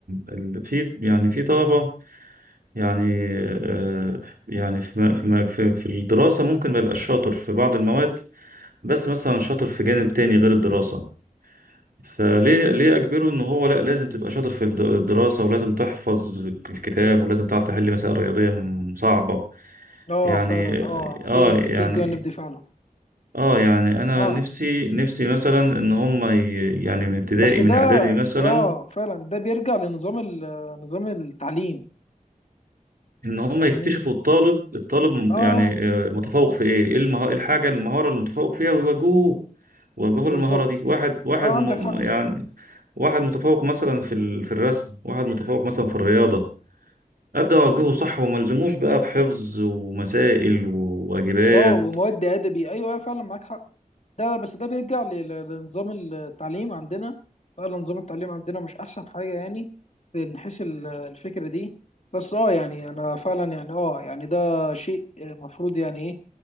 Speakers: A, on the right; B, on the left.
A: ال في يعني في طلبة يعني آه، يعني في ما- في ما- في في الدراسة ممكن ما يبقاش شاطر في بعض المواد بس مثلا شاطر في جانب تاني غير الدراسة فليه ليه أجبره إن هو لأ لازم تبقى شاطر في الد- الدراسة ولازم تحفظ الكتاب ولازم تعرف تحل مسائل رياضية م- صعبة
B: اه
A: يعني
B: فعلا اه
A: آه
B: في
A: يعني
B: في الجانب دي فعلا
A: آه يعني أنا
B: اه
A: نفسي نفسي مثلا إن هما ي- يعني من ابتدائي
B: بس ده
A: من إعدادي مثلا
B: اه فعلا ده بيرجع لنظام ال- نظام التعليم
A: ان هم
B: فاهمني
A: يكتشفوا الطالب الطالب
B: اه
A: يعني آه، متفوق في ايه ايه المه... إيه الحاجه المهاره المتفوق فيها ويوجهوه يوجهوه
B: بالظبط
A: للمهاره دي واحد واحد
B: اه
A: م...
B: عندك حق
A: يعني واحد متفوق مثلا في ال... في الرسم واحد متفوق مثلا في الرياضه ابدا اوجهه صح وما الزموش بقى بحفظ ومسائل وواجبات
B: اه ومواد ادبي ايوه ايوه فعلا معاك حق ده بس ده بيرجع ل- ل- لنظام التعليم عندنا فعلا نظام التعليم عندنا مش احسن حاجه يعني من حيث ال- الفكره دي بس اه يعني انا فعلا يعني اه يعني ده شيء مفروض يعني ايه